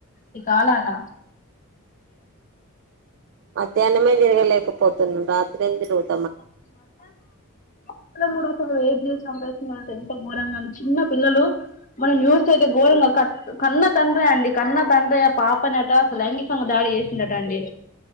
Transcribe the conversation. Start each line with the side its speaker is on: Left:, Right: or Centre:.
Left: ఈ కాలనా
Right: మధ్యాహ్నమే తిరగలేకపోతున్నం రాత్రి ఏం తిరుగుతు
Left: అవునండి ఈ మద్య ఇం పల కూడా అసలు వేట్ చేసి చంపేస్తున్నారంటే ఘోంగా చిన్న పిల్లలు మొన్న న్యూస్ అయితే ఘోరంగా కట్ కన్నా తండ్రే అండి కన్నా తండ్రే ఆ పాపనట అసలు లైంగికంగా దాడి చేసినట అండి